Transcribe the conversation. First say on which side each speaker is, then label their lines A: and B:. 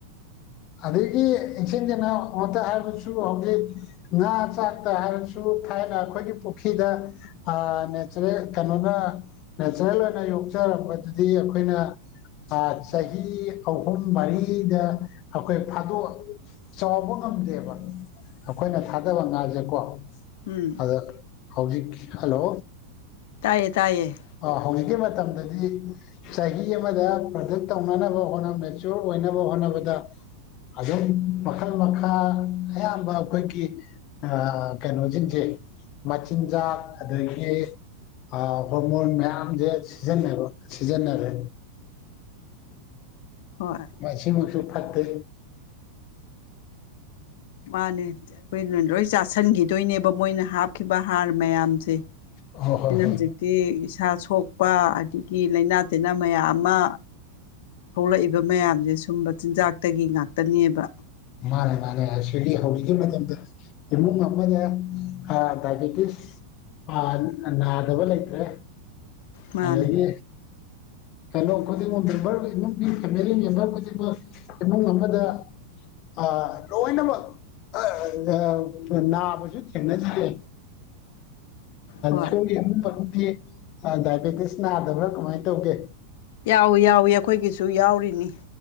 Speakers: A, on the left (about 45°); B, on the left (about 65°).
A: ꯑꯗꯒꯤ ꯏꯁꯦꯡ ꯁꯦꯡꯅ ꯑꯃꯨꯛꯇ ꯍꯥꯏꯔꯁꯨ ꯍꯧꯖꯤꯛ ꯉꯥ ꯆꯥꯛꯇ ꯍꯥꯏꯔꯁꯨ ꯊꯥꯏꯅ ꯑꯩꯈꯣꯏꯒꯤ ꯄꯨꯈ꯭ꯔꯤꯗ ꯑ ꯅꯆꯔꯦꯜ ꯀꯩꯅꯣꯅ ꯅꯦꯆꯔꯦꯜ ꯑꯣꯏꯅ ꯌꯣꯛ ꯌꯣꯛꯆꯔꯝꯕꯗꯨꯗꯤ ꯑꯩꯈꯣꯏꯅ ꯆꯍꯤ ꯑꯍꯨꯝ ꯃꯔꯤꯗ ꯑꯩꯈꯣꯏ ꯐꯥꯗꯣꯛ ꯆꯥꯎꯕ ꯉꯝꯗꯦꯕ ꯑꯩꯈꯣꯏꯅ ꯊꯥꯗꯕ ꯉꯥꯖꯦꯀꯣ
B: ꯎꯝ
A: ꯑꯗ ꯍꯧꯖꯤꯛꯀꯤ ꯍꯜꯂꯣ
B: ꯇꯥꯏꯌꯦ ꯇꯥꯏꯌꯦ
A: ꯑꯥ ꯍꯧꯖꯤꯛꯀꯤ ꯃꯇꯝ ꯃꯇꯝꯗꯗꯤ ꯆꯍꯤ ꯑꯃꯗ ꯄ꯭ꯔꯗꯛ ꯇꯧꯅꯅꯕ ꯍꯣꯠꯅꯕ ꯃꯦꯆꯤꯑꯣꯔ ꯑꯣꯏꯅꯕ ꯍꯣꯠꯅꯕꯗ ꯑꯗꯨꯝ ꯃꯈꯜ ꯃꯈꯥ ꯑꯌꯥꯝꯕ ꯑꯩꯈꯣꯏꯒꯤ ꯑꯥ ꯀꯩꯅꯣꯖꯤꯡꯖꯦ ꯃꯆꯤꯟ ꯖꯥꯛ ꯑꯗꯩꯒꯤ ꯑꯥ ꯍꯣꯔꯃꯣꯟ ꯃꯌꯥꯝꯖꯦ ꯁꯤꯖꯤꯟꯅꯕ ꯁꯤꯖꯤꯟꯅꯔꯦ
B: ꯍꯣꯏ
A: ꯃꯁꯤ ꯃꯛꯁꯨ ꯐꯠꯇꯦ
B: ꯃꯥꯅꯦ ꯑꯩꯈꯣꯏꯅ ꯂꯣꯏ ꯆꯥꯥꯁꯟꯈꯤꯗꯣꯏꯅꯦꯕ ꯃꯣꯏꯅ ꯍꯥꯞꯈꯤꯕ ꯍꯥꯔ ꯃꯌꯥꯝꯁꯦ
A: ꯍꯣꯏ ꯍꯣꯏ
B: ꯁꯤꯅ
A: ꯍꯣꯏ
B: ꯍꯧꯖꯤꯛꯇꯤ ꯏꯁꯥ ꯁꯣꯛꯄ ꯑꯗꯒꯤ ꯂꯩꯥꯅꯥ ꯇꯤꯟꯅꯥ ꯃꯌꯥꯝ ꯑꯃ ꯊꯣꯛꯂꯛꯏꯕ ꯃꯌꯥꯝꯖꯦ ꯁꯨꯝꯕ ꯆꯤꯟꯖꯥꯛꯇꯒꯤ ꯉꯥꯛꯇꯅꯦꯕ
A: ꯃꯥꯅꯦ ꯃꯥꯅꯦ ꯑꯁꯤꯒꯤ ꯍꯧꯖꯤꯛꯀꯤ ꯃꯇꯝꯗ ꯏꯃꯨꯡ ꯑꯃꯗ ꯑ ꯗꯥꯏꯕꯦꯇꯤꯁ ꯑ ꯅꯥꯗꯕ ꯂꯩꯇ꯭ꯔꯦ
B: ꯃꯥꯅꯦ
A: ꯑꯗꯒꯤ ꯀꯦꯂꯣ ꯈꯨꯗꯤꯡꯃꯛ ꯃꯦꯝꯕꯔ ꯏꯃꯨꯡꯒꯤ ꯐꯦꯃꯤꯂꯤ ꯃꯦꯝꯕꯔ ꯈꯨꯗꯤꯡꯃꯛ ꯏꯃꯨꯡ ꯑꯃꯗ ꯑꯥ ꯂꯣꯏꯅꯃꯛ ꯑꯥ ꯉꯥ ꯅꯥꯕꯖꯨ ꯊꯦꯡꯅꯗ꯭ꯔꯦ
B: ꯍꯣꯏ
A: ꯁꯣꯏ ꯑꯗꯨꯛꯇꯗꯤ ꯗꯥꯏꯕꯦꯇꯤꯁ ꯅꯥꯗꯕ꯭ꯔꯥ ꯀꯃꯥꯏꯅ ꯇꯧꯒꯦ
B: ꯌꯥꯎꯏ ꯌꯥꯎꯏ ꯑꯩꯈꯣꯏꯒꯤꯁꯨ ꯌꯥꯎꯔꯤꯅꯤ